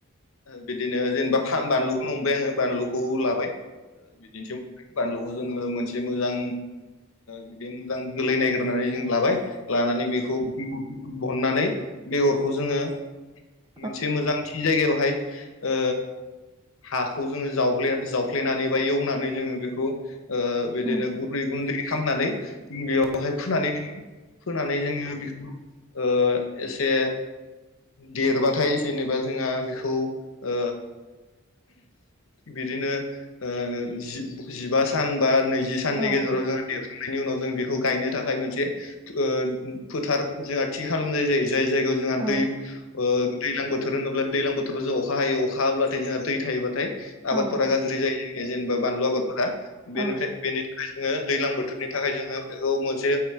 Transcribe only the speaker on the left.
बिदिनो जेनेबा बानलुखौनो हमबाय आङो बानलुखौ लाबाय बिदिनोसै बानलुखौ जोङो मोनसे मोजां बिदि मोजां जोलै नायगिरनानै जों लाबाय लानानै बेखौ <unintelligible> बहननानै बेगरखौ जोङो
मोनसे मोजां थि जायगायावहाय ओ हाखौ जोङो जावले जावफ्लेनानै बा एवनानै जोङो बेखौ ओ
बिदिनो गुरै गुन्दै खामनानै बेयावहाय फोनानै दोन फोनानै जोङो बेखौ ओ एसे देरबाथाय जेनेबा जोंहा बेखौ ओ बिदिनो ओ जि जिबा सान बा नैजि साननि
गेजेराव जों दिहुननायनि उनाव जों बेखौ गायनो थाखाय मोनसे ओ फोथार जोंहा थि खालामनाय जायो जाय जायगायाव जोंहा
दै ओ दैज्लां बोथोर होनोब्ला दैलां बोथोराव जों अखा हायो अखा हाब्लाथाय जोंहा दै थायोबाथाय आबादफोरा
गाज्रि जायो जेनेबा बानलु आबादफोरा
बेनिफ्राय बेनि थाखाय जोङो दैज्लां बोथोरनि थाखाय जोङो बेखौ मोनसे